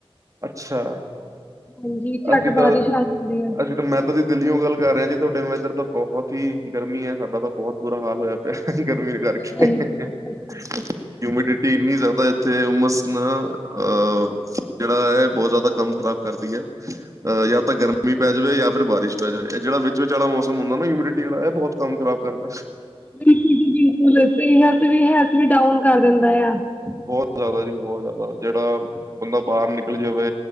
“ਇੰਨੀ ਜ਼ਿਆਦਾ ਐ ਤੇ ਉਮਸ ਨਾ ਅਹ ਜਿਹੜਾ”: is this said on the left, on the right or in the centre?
Right